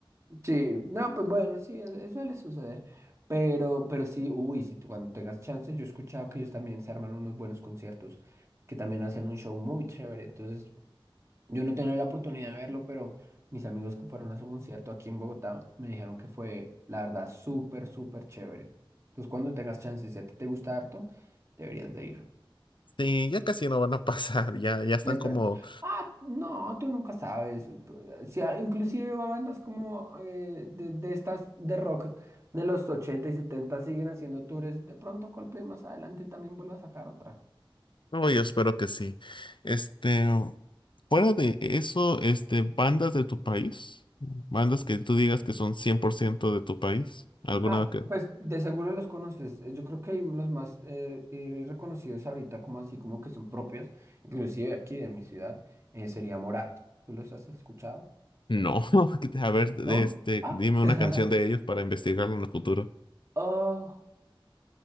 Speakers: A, on the right; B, on the left.
A: Sí, no, pues bueno, sí, es- es- suele suceder. Pero, pero sí, uy, si tú cuando tengas chance, yo he escuchado que ellos también se arman unos buenos conciertos, que también hacen un show muy chévere. Entonces, yo no tenía la oportunidad de verlo, pero mis amigos que fueron a su concierto aquí en Bogotá me dijeron que fue, la verdad, súper, súper chévere. Entonces, cuando tengas chance, si a ti te gusta harto, deberías de ir.
B: Sí, ya casi no van a <laughs> pasar, ya, ya están
A: Es
B: como,
A: verdad. Ah, no, tú nunca sabes. tú- si a- inclusive va bandas como eh, de, de estas de rock de los 80 y 70 siguen haciendo tours. De pronto Coldplay más adelante también vuelve a sacar otra.
B: no, yo espero que sí. Este, fuera de eso, este, bandas de tu país, bandas que tú digas que son 100% de tu país, alguna
A: Ah,
B: que,
A: pues de seguro los conoces. eh, Yo creo que los más eh, eh, reconocidos ahorita, como así, como que son propios, inclusive aquí de mi ciudad, eh, sería Morat. ¿Tú los has escuchado?
B: No, <laughs> a ver,
A: ¿No?
B: este,
A: Ah.
B: dime una
A: <laughs>
B: canción de ellos para investigarlo en el futuro.
A: Oh.